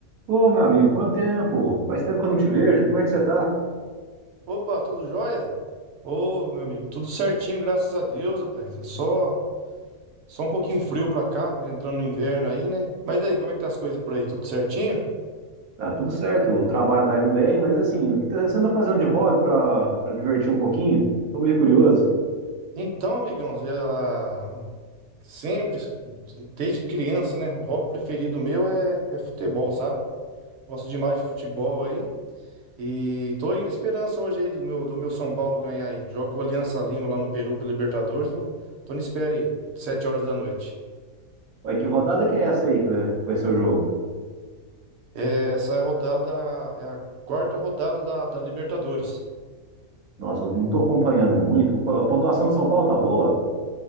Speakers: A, on the right; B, on the right.
A: Ô, meu amigo, quanto tempo? Faz tempo que eu não te vejo. Como é que você tá?
B: Opa, tudo jóia? Ô, meu amigo, tudo certinho, graças a Deus, rapaz. É Só, só um pouquinho frio pra cá, entrando no inverno aí, né? Mas daí, como é que tá as coisas por aí? Tudo certinho?
A: Tá tudo certo, o trabalho tá indo bem, mas assim, o que tá- você anda fazendo de hobby pra, pra divertir um pouquinho? Tô meio curioso.
B: Então, amigão, eu, ah, sempre, desde criança, né? O hobby preferido meu é, é futebol, sabe? Gosto demais de futebol aí. E tô aí na esperança hoje aí do meu, do meu São Paulo ganhar aí. Jogo com o Aliança Lima lá no Peru pela Libertadores. eu Tô na espera aí, sete horas da noite.
A: Vai, que rodada que é essa aí que vai vai ser o jogo?
B: É, essa rodada é a quarta rodada da, da Libertadores.
A: Nossa, eu não tô acompanhando muito. Qu- A pontuação de São Paulo tá boa?